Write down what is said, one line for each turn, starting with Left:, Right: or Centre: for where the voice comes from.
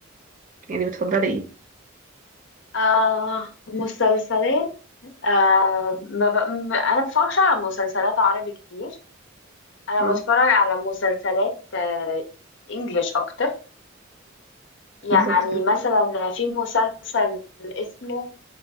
Right: يعني بتفضلي ايه
Left: آه مسلسلات آه ما ب... م- انا بفرجش على مسلسلات عربي كتير انا
Right: اه
Left: بتفرج على مسلسلات آه انجليش اكتر يعني
Right: بالظبط كده
Left: مثلا في مسلسل اسمه